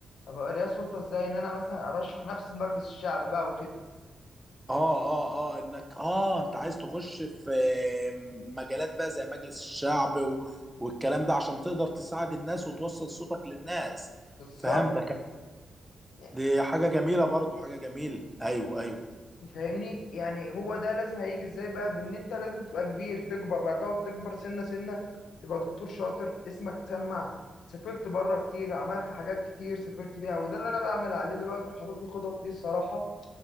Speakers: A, on the left; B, in the centre.
A: طب يبقى ليا سلطه ازاي ان انا مثلا ارشح نفسي لمجلس الشعب بقى وكده
B: اه اه اه انك اه انت عايز تخش في مجالات بقى زي مجلس الشعب و... والكلام ده عشان تقدر تساعد الناس وتوصل صوتك للناس
A: بالظبط
B: فهمتك
A: يعني
B: دي حاجه جميله برضو حاجه جميله ايوه ايوه
A: فاهمني يعني هو ده لازم هيجي ازاي بقى بان انت لازم تبقى كبير تكبر بقى تقعد تكبر سنه سنه تبقى دكتور شاطر اسمك تسمع سافرت بره كتير عملت حاجات كتير سافرت بيها وده اللي انا بعمل عليه دلوقتي وحاطط له خطط ليه الصراحه